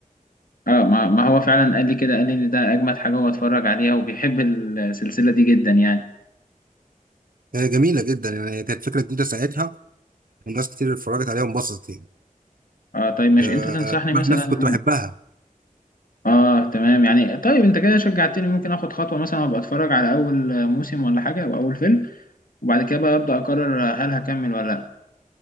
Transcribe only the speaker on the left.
اه ما ما هو فعلا قال لي كده قال لي ان ده اجمد حاجة هو اتفرج عليها وبيحب السلسلة دي جدا يعني
اه طيب ماشي
انت تنصحني مثلا
اه تمام يعني طيب انت كده شجعتني ممكن اخد خطوة مثلا ابقى اتفرج على اول موسم ولا حاجة او اول فيلم وبعد كده بقى ابدا اقرر هل هكمل ولا لا